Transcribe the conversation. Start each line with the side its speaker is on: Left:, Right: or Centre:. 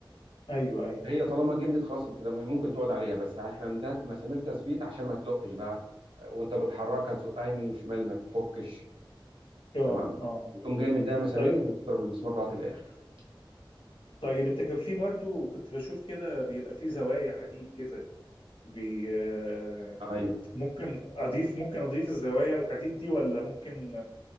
Left: ايوه ايوه
Right: هي طالما جمدت خلاص يبقى كده ممكن تقعد عليها بس احنا عندها مسامير تثبيت عشان ما تلقش بقى وانت بتحركها تزقها يمين وشمال ما تفكش
Left: اه
Right: تمام
Left: اه
Right: وتقوم جاي مديها مسامير
Left: طيب
Right: وتضرب المسمار لغايه الاخر
Left: طيب انت كان في برضو كنت بشوف كده بيبقى في زوايا حديد كده بي آه،
Right: ايوه
Left: ممكن اضيف ممكن اضيف الزوايا الحديد دي ولا ممكن